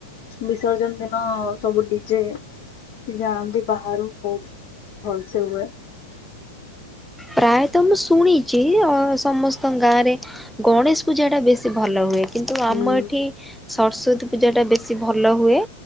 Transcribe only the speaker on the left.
ବିସର୍ଜନ ଦିନ ସବୁ ଡି ଜେ ଯାଆନ୍ତି ବାହାରୁ ବହୁତ ଭଲସେ ହୁଏ।
ହୁଁ।